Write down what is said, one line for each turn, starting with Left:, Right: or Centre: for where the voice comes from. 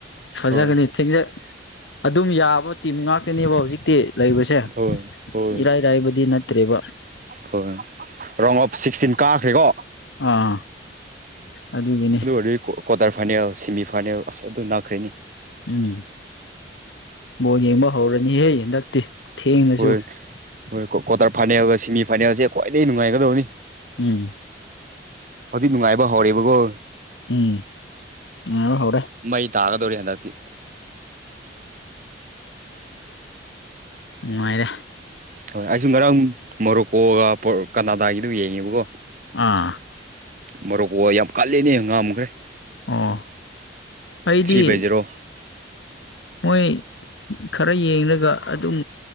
Left: ꯐꯖꯒꯅꯤ
Right: ꯍꯣꯏ
Left: ꯊꯦꯡꯖ ꯑꯗꯨꯝ ꯌꯥꯕ ꯇꯤꯝ ꯉꯥꯛꯇꯅꯦꯕ ꯍꯧꯖꯤꯛꯇꯤ ꯂꯩꯕꯁꯦ
Right: ꯍꯣꯏ ꯍꯣꯏ
Left: ꯏꯔꯥꯏꯔꯥꯏꯕꯗꯤ ꯅꯠꯇ꯭ꯔꯦꯕ
Right: ꯍꯣꯏ ꯔꯣꯡ ꯑꯣꯐ ꯁꯤꯛꯁꯇꯤꯟ ꯀꯥꯈ꯭ꯔꯦꯀꯣ
Left: ꯑꯥ ꯑꯗꯨꯒꯤꯅꯤ
Right: ꯑꯗꯨ ꯑꯣꯏꯔꯗꯤ ꯀ꯭ꯋꯥꯇꯔ ꯐꯥꯏꯅꯦꯜ ꯁꯦꯃꯤꯐꯥꯏꯅꯦꯜ ꯑꯁ ꯑꯗꯨ ꯅꯅꯥꯈ꯭ꯔꯦꯅꯤ
Left: ꯎꯝ ꯕꯣꯜ ꯌꯦꯡꯕ ꯍꯧꯔꯅꯤꯍꯦ ꯍꯟꯗꯛꯇꯤ ꯊꯦꯡꯅꯁꯨ
Right: ꯍꯣꯏ ꯍꯣꯏ ꯀ꯭ꯋꯥꯇꯔ ꯐꯥꯏꯅꯦꯜꯒ ꯁꯦꯃꯤ ꯐꯥꯏꯅꯦꯜꯁꯦ ꯈ꯭ꯋꯥꯏꯗꯒꯤ ꯅꯨꯡꯉꯥꯏꯒꯗꯕꯅꯤ
Left: ꯎꯝ
Right: ꯍꯧꯖꯤꯛ ꯅꯨꯡꯉꯥꯏꯕ ꯍꯧꯔꯦꯕꯀꯣ
Left: ꯎꯝ ꯑ ꯐꯥꯎꯔꯦ
Right: ꯃꯩ ꯇꯥꯒꯗꯧꯔꯦ ꯍꯟꯗꯛꯇꯤ
Left: ꯅꯨꯡꯉꯥꯏꯔꯦ
Right: ꯍꯣꯏ ꯑꯩꯁꯨ ꯉꯔꯥꯡ ꯃꯣꯔꯣꯛꯀꯣꯒ ꯀꯅꯥꯗꯥꯒꯤꯗꯨꯝ ꯌꯦꯡꯉꯦꯕꯀꯣ
Left: ꯑꯥ
Right: ꯃꯔꯨꯞꯀ ꯌꯥꯝ ꯀꯂꯅꯦ ꯉꯥꯝꯈ꯭ꯔꯦ
Left: ꯑꯥ ꯑꯩꯗꯤ
Right: ꯊ꯭ꯔꯤ ꯕꯥꯏ ꯖꯦꯔꯣ
Left: ꯃꯣꯏ ꯈꯔ ꯌꯦꯡꯂꯒ ꯑꯗꯨꯝ